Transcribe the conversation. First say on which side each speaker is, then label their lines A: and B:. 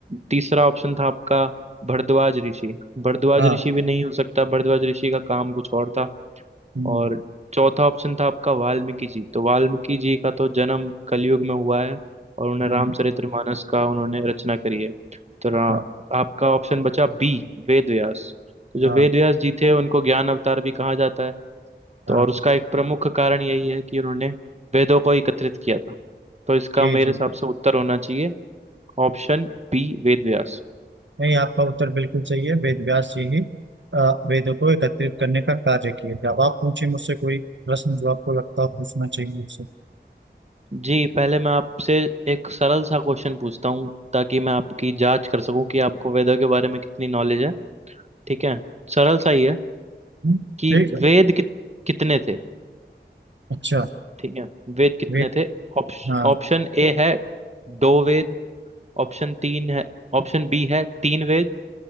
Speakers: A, on the right; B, on the right.
A: तीसरा ऑप्शन था आपका भरद्वाज ऋषि भरद्वाज
B: हाँ
A: ऋषि भी नहीं हो सकता भरद्वाज ऋषि का काम कुछ और था
B: हम्म,
A: और चौथा ऑप्शन था आपका वाल्मीकि जी तो वाल्मीकि जी का तो जन्म कलयुग में हुआ है और उन्हें
B: हम्म,
A: रामचरितमानस का उन्होंने रचना करी है तो रा,
B: हाँ
A: आपका ऑप्शन बचा बी वेद व्यास तो जो
B: हाँ
A: वेद व्यास जी थे उनको ज्ञान अवतार भी कहा जाता है तो
B: हाँ
A: और उसका एक प्रमुख कारण यही है कि उन्होंने वेदों को एकत्रित किया था तो इसका
B: जी
A: मेरे
B: जी
A: हिसाब से उत्तर होना चाहिए ऑप्शन बी वेद व्यास
B: नहीं आपका उत्तर बिल्कुल सही है वेद व्यास जी ही अ, वेदों को एकत्रित करने का कार्य किए थे अब आप पूछिए मुझसे कोई प्रश्न जो आपको लगता है पूछना चाहिए मुझसे
A: जी पहले मैं आपसे एक सरल सा क्वेश्चन पूछता हूँ ताकि मैं आपकी जांच कर सकूं कि आपको वेदों के बारे में कितनी नॉलेज है ठीक है सरल सा ही है
B: हम्म,
A: कि
B: ठीक है
A: वेद कित, कितने थे
B: अच्छा
A: ठीक है वेद कितने
B: वेद
A: थे ऑप्श-
B: हाँ
A: ऑप्शन ए है दो वेद ऑप्शन तीन है ऑप्शन बी है तीन वेद